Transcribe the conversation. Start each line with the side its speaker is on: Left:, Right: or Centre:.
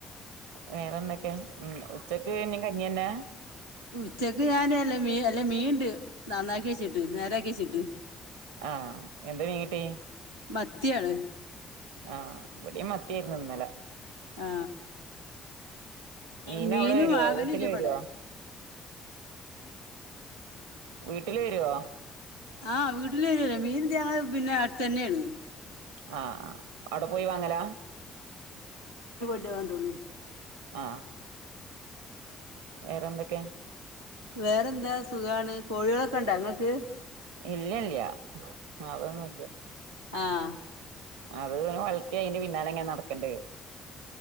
Right: വേറെന്തൊക്കെ ഉ ഉച്ചക്ക് ഇന്നും കഞ്ഞി തന്നെയാ?
Left: ഉച്ചക്ക് ഞാനല്ല മീ അല്ല മീണ്ട് നന്നാക്കി വെച്ചിട്ട് നേരാക്കി വെച്ചിട്ട്
Right: ആ എന്താ മീൻ കിട്ടി?
Left: മത്തിയാണ്.
Right: ആ ഇവിടെ മത്തിയായിരുന്നു ഇന്നലെ.
Left: ആ.
Right: മീൻ
Left: മീന
Right: അവിടെ വരുവോ
Left: വാങ്ങല
Right: വീട്ടില്
Left: ഇല്ല ഇവിടെ?
Right: വരുവോ വീട്ടില് വരുവോ?
Left: ആ വീട്ടിൽ വരുല്ല മീൻ തങ്ങ പിന്നെ അടുത്ത തന്നെയാണ്.
Right: ആ അവിടെ പോയി വാങ്ങല?
Left: വേണ്ടുള്ളൂ.
Right: ആ. വേറെന്തൊക്കെ?
Left: വേറെന്താ സുഖാണ് കോഴികളൊക്കെ ഇണ്ടാ നിങ്ങൾക്ക്?
Right: ഇല്ലല്ല അതോന്നുല്ല.
Left: ആഹ്
Right: അത് വളത്തി അതിന്റെ പിന്നാലെ എങ്ങനെ നടക്കണ്ടി വരും.